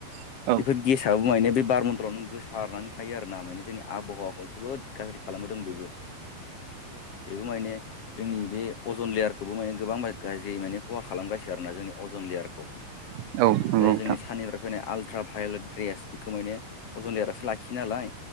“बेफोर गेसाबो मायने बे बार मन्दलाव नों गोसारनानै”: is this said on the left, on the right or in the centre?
Left